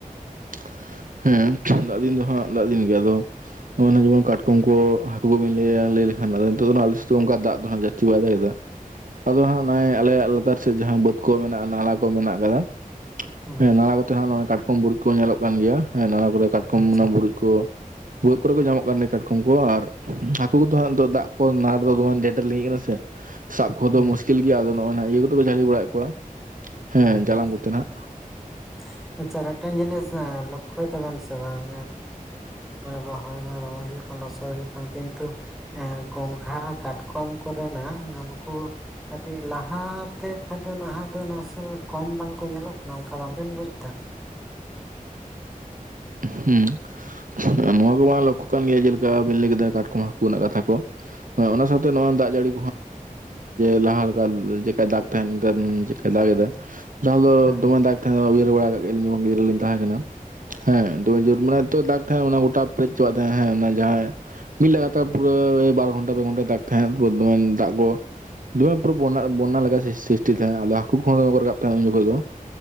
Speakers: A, on the right (about 65°); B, in the centre.
A: <unintelligible> ᱦᱮᱸ ᱫᱟᱜ ᱫᱤᱱ ᱫᱚ ᱦᱟᱸᱜ ᱫᱟᱜ ᱫᱤᱱ ᱜᱮ ᱟᱫᱚ ᱱᱚᱜᱼᱚᱭ ᱡᱮᱢᱚᱱ ᱠᱟᱴᱠᱚᱢ ᱠᱚ ᱦᱟᱹᱠᱩ ᱠᱚᱵᱤᱱ ᱞᱟᱹᱭᱟ ᱞᱟᱹᱭ ᱞᱮᱠᱷᱟᱱ ᱱᱤᱛᱚᱜ ᱫᱚ ᱟᱞᱮ ᱥᱮᱱ ᱫᱚ ᱚᱱᱠᱟ ᱫᱟᱜ ᱫᱚ ᱦᱟᱸᱜ ᱡᱟᱥᱛᱤ ᱵᱟᱭ ᱫᱟᱜ ᱮᱫᱟ ᱟᱫᱚ ᱦᱟᱸᱜ ᱱᱚᱜᱼᱚᱭ ᱟᱞᱮᱭᱟᱜ ᱞᱟᱛᱟᱨ ᱥᱮᱫ ᱡᱟᱦᱟᱸ ᱵᱟᱹᱫᱽ ᱠᱚ ᱢᱮᱱᱟᱜᱼᱟ ᱱᱟᱞᱟ ᱠᱚ ᱢᱮᱱᱟᱜ ᱟᱠᱟᱫᱟ
B: ᱦᱩᱸ
A: ᱦᱮᱸ ᱱᱟᱞᱟ ᱠᱚᱛᱮ ᱦᱟᱸᱜ ᱱᱚᱜᱼᱚᱭ ᱠᱟᱴᱠᱚᱢ ᱵᱩᱨᱩᱡ ᱠᱚ ᱧᱮᱞᱚᱜ ᱠᱟᱱ ᱜᱮᱭᱟ ᱦᱮᱸ ᱱᱟᱞᱟ ᱠᱚᱨᱮ ᱠᱟᱴᱠᱚᱢ
B: ᱟᱪᱪᱷᱟ
A: ᱚᱱᱟ ᱵᱩᱨᱩᱡ ᱠᱚ ᱵᱷᱩᱜᱟᱹᱜ ᱠᱚᱨᱮ ᱠᱚ ᱧᱟᱢᱚᱜ ᱠᱟᱱ ᱜᱮᱭᱟ ᱠᱟᱴᱠᱚᱢ ᱠᱚ ᱟᱨ ᱦᱟᱹᱠᱩ ᱠᱚᱫᱚ ᱦᱟᱸᱜ ᱫᱟᱜ ᱠᱚ ᱱᱟᱲ ᱫᱚ ᱫᱚᱢᱮ ᱰᱷᱮᱨ ᱰᱷᱮᱨ ᱞᱤᱸᱜᱤᱜ ᱠᱟᱱᱟ ᱥᱮ ᱥᱟᱵ ᱠᱚᱫᱚ
B: ᱦᱩᱸ
A: ᱢᱩᱥᱠᱤᱞ ᱜᱮᱭᱟ ᱟᱫᱚ ᱱᱚᱜᱼᱚᱭ ᱤᱭᱟᱹ ᱠᱚᱫᱚᱠᱚ ᱡᱷᱟᱹᱞᱤ ᱵᱟᱲᱟᱭᱮᱫ ᱠᱚᱣᱟ ᱦᱮᱸ
B: ᱦᱩᱸᱻ
A: ᱡᱟᱞᱟᱢ ᱠᱚᱛᱮ ᱱᱟᱜ
B: <inaudible> ᱟᱪᱪᱷᱟ ᱢᱤᱫᱴᱮᱱ ᱡᱤᱱᱤᱥ ᱞᱚᱠᱠᱷᱚᱭ ᱛᱟᱵᱮᱱ ᱥᱮ ᱵᱟᱝ ᱨᱚᱦᱚᱭ ᱨᱚᱦᱚᱭ ᱦᱩᱭᱩᱜ ᱞᱚᱥᱚᱭ ᱦᱩᱭᱩᱜ ᱠᱟᱱᱟ ᱠᱤᱱᱛᱩ ᱮ ᱜᱚᱝᱜᱷᱟ ᱠᱟᱴᱠᱚᱢ ᱠᱚᱨᱮᱱᱟᱜ ᱩᱱᱠᱩ ᱠᱟᱹᱴᱤᱡ ᱞᱟᱦᱟᱛᱮ ᱠᱷᱚᱱ ᱫᱚ ᱱᱟᱦᱟᱸᱜ ᱫᱚ ᱱᱟᱥᱮ ᱠᱚᱢ ᱵᱟᱝᱠᱚ ᱧᱮᱞᱚᱜ ᱠᱟᱱᱟ ᱚᱱᱠᱟ ᱵᱟᱝᱵᱤᱱ ᱵᱩᱡᱽ ᱮᱫᱟ
A: ᱦᱮᱸ ᱱᱚᱣᱟ ᱠᱚ ᱢᱟ ᱞᱚᱠᱠᱷᱚ ᱠᱟᱱ ᱜᱮᱭᱟ ᱡᱮᱞᱮᱠᱟᱵᱤᱱ ᱞᱟᱹᱭ ᱠᱮᱫᱟ ᱠᱟᱴᱠᱚᱢ ᱦᱟᱹᱠᱩ ᱨᱮᱱᱟᱜ ᱠᱟᱛᱷᱟ ᱠᱚ ᱦᱮᱸ ᱚᱱᱟ ᱥᱟᱶᱛᱮ ᱱᱚᱜᱼᱚᱭ ᱫᱟᱜ ᱡᱟᱹᱲᱤ <inaudible> ᱞᱟᱦᱟ ᱞᱮᱠᱟ ᱡᱮᱞᱮᱠᱟᱭ ᱫᱟᱜᱽ ᱛᱟᱦᱮᱸᱱ ᱱᱮᱛᱟᱨ ᱡᱮᱞᱮᱠᱟᱭ ᱫᱟᱜ ᱮᱫᱟ ᱡᱟᱦᱟᱸ ᱫᱚ
B: ᱦᱮᱸ
A: ᱫᱚᱢᱮ ᱫᱟᱜᱽ ᱛᱟᱦᱮᱱᱟ ᱩᱭᱦᱟᱹᱨ ᱵᱟᱲᱟ ᱟᱠᱟᱫ ᱜᱮᱭᱟ ᱞᱤᱧ ᱡᱚᱠᱷᱚᱱ ᱜᱤᱫᱽᱨᱟᱹ ᱞᱤᱧ ᱛᱟᱦᱮᱸ ᱠᱟᱱᱟ ᱦᱮᱸ ᱫᱚᱢᱮ ᱡᱳᱨ ᱢᱟᱱᱮ ᱱᱤᱛᱚ ᱫᱟᱜᱽ ᱛᱟᱦᱮᱸᱜ ᱚᱱᱟ ᱜᱚᱴᱟ ᱯᱮᱨᱮᱡ ᱪᱚᱣᱟᱜ ᱛᱟᱦᱮᱸᱜ ᱦᱮᱸ ᱚᱱᱟ ᱡᱟᱦᱟᱸᱭ ᱢᱤᱫ ᱞᱟᱜᱟᱛᱟᱨ ᱯᱩᱨᱟᱹ ᱵᱟᱨ ᱜᱷᱚᱱᱴᱟ ᱯᱮ ᱜᱷᱚᱱᱴᱟ ᱫᱟᱜ ᱛᱟᱦᱮᱸ ᱫᱚᱢᱮ ᱫᱟᱜ ᱜᱚ ᱫᱚᱢᱮ ᱯᱩᱨᱟᱹ ᱵᱚᱱᱱᱟ ᱵᱚᱱᱱᱟ ᱞᱮᱠᱟ ᱥᱨᱤᱥᱴᱤ ᱛᱟᱦᱮᱸᱫ ᱟᱫᱚ ᱦᱟᱹᱠᱩ ᱠᱚᱦᱚᱸ ᱫᱚᱢᱮ ᱠᱚ ᱨᱟᱠᱟᱵ ᱛᱟᱦᱮᱸᱜ ᱩᱱ ᱡᱚᱠᱷᱚᱡ ᱫᱚ